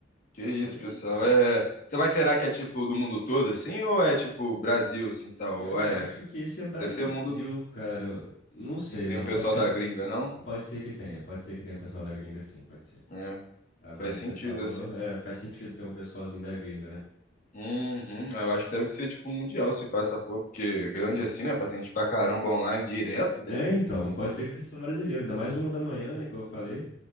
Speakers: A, on the left; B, on the left.
A: Que isso,
B: Olha
A: pessoal.
B: isso, cara.
A: É, você vai será que é tipo do mundo todo assim ou é tipo Brasil assim, tal?
B: Eu
A: Ou é,
B: acho que esse é Brasil,
A: deve ser mundo
B: cara. Não sei,
A: Não tem
B: não.
A: o pessoal
B: Pode ser,
A: da gringa, não?
B: pode ser que tenha. Pode ser que tenha um pessoal da gringa, sim, pode ser.
A: É,
B: Agora
A: faz sentido,
B: que você falou,
A: assim.
B: é, faz sentido ter um pessoalzinho da gringa, né?
A: Uhum, eu acho que deve ser, tipo, mundial se passa por, porque grande assim, né? Pra ter gente pra caramba online direto,
B: É, então, não pode ser que seja só brasileiro. Ainda mais uma da manhã, né? Igual eu falei.